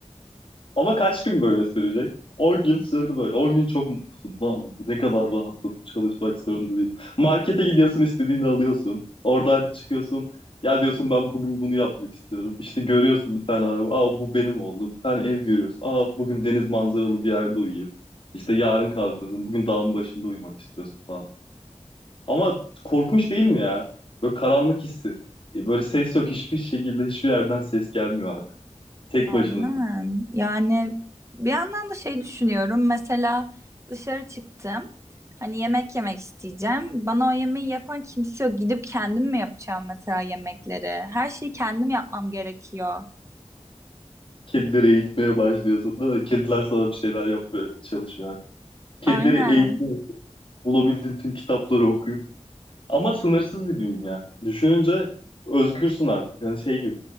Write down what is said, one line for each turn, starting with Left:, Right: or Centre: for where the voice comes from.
Left: Ama kaç gün böyle sürecek? 10 gün sürdü böyle. 10 gün çok mutluyum. Lan ne kadar rahatladım. Çalışmak zorunda değilim. Markete gidiyorsun istediğini alıyorsun. Oradan çıkıyorsun. Ya diyorsun ben bugün bunu yapmak istiyorum. İşte görüyorsun bir tane araba. Aa bu benim oldu. Bir tane ev görüyorsun. Aa bugün deniz manzaralı bir yerde uyuyayım. İşte yarın kalkıyorsun. Bugün dağın başında uyumak istiyorsun falan. Ama korkunç değil mi ya? Böyle karanlık hissi. E, Böyle ses yok. Hiçbir şekilde hiçbir yerden ses gelmiyor artık. Tek
Right: Aynen.
Left: başınasın.
Right: Yani bir yandan da şey düşünüyorum. Mesela dışarı çıktım. Hani yemek yemek isteyeceğim. Bana o yemeği yapan kimse yok. Gidip kendim mi yapacağım mesela yemekleri? Her şeyi kendim yapmam gerekiyor.
Left: Kedileri eğitmeye başlıyorsun değil mi? Kediler sana bir şeyler yapmaya çalışıyor. yani. Kedileri
Right: Aynen.
Left: eğitmeyi bulabildiğin tüm kitapları okuyup. Ama sınırsız bir dünya. Düşününce özgürsün artık. Hani şey gibi.